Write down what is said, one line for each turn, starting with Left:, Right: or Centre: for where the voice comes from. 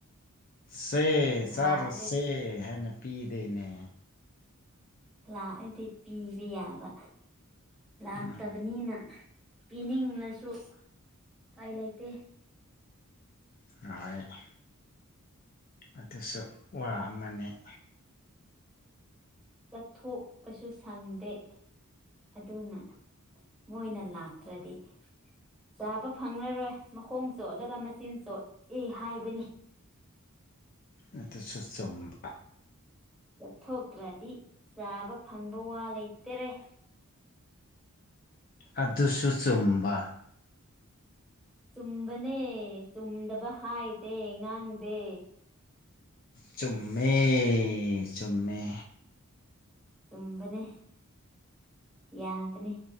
Left: ꯁꯦ ꯆꯥꯔꯣꯁꯦ
Centre: ꯂꯥꯛꯑꯗꯤ
Left: ꯍꯥꯏꯅ ꯄꯤꯗꯦꯅꯦ
Centre: ꯂꯥꯛꯑꯗꯤ ꯄꯤꯕ ꯌꯥꯕ ꯂꯥꯛꯇꯕꯅꯤꯅ
Left: ꯎꯝ
Centre: ꯄꯤꯅꯤꯡꯂꯁꯨ ꯎꯄꯥꯏ ꯂꯩꯇꯦ
Left: <unintelligible> ꯑꯗꯨꯁꯨ ꯋꯥ ꯑꯃꯅꯤ
Centre: ꯆꯠꯊꯣꯛꯄꯁꯨ ꯁꯪꯗꯦ ꯑꯗꯨꯅ ꯃꯣꯏꯅ ꯂꯥꯛꯇ꯭ꯔꯗꯤ ꯆꯥꯕ ꯐꯪꯂꯔꯣꯏ ꯃꯈꯣꯡ ꯆꯣꯠꯂꯒ ꯃꯆꯤꯟ ꯆꯣꯠꯏ ꯍꯥꯏꯕꯅꯤ
Left: ꯅꯠꯇ ꯁꯨꯁꯨꯝꯕ
Centre: ꯆꯠꯊꯣꯛꯇ꯭ꯔꯗꯤ ꯆꯥꯕ ꯐꯪꯕ ꯋꯥ ꯂꯩꯇꯔꯦ
Left: ꯑꯗꯨꯁꯨ ꯆꯨꯝꯕ
Centre: ꯆꯨꯝꯕꯅꯦ ꯆꯨꯝꯗꯕ ꯍꯥꯏꯗꯦ ꯉꯥꯡꯗꯦ
Left: ꯆꯨꯝꯃꯦ ꯆꯨꯝꯃꯦ
Centre: ꯇꯨꯝꯕꯅꯦ ꯌꯥꯕꯅꯦ